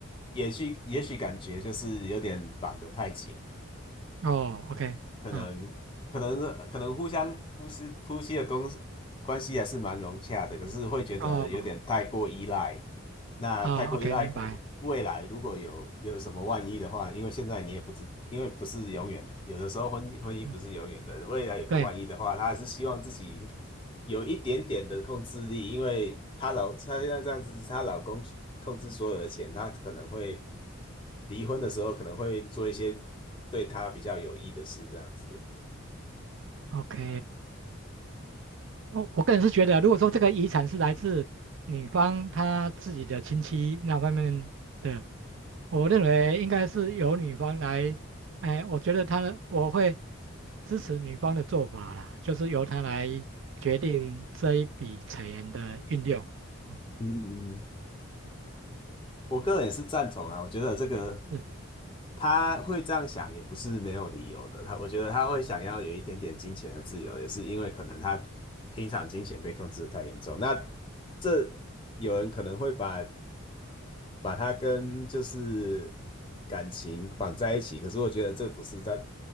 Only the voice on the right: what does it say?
哦，OK，
啊，
哦，
啊，OK，明白。
嗯，
对
，OK。我我个人是觉得啊，如果说这个遗产是来自女方她自己的亲戚那方面的，我认为应该是由女方来，哎，我觉得她的我会支持女方的做法啦，就是由她来决定这一笔钱的运用。嗯，
是，
嗯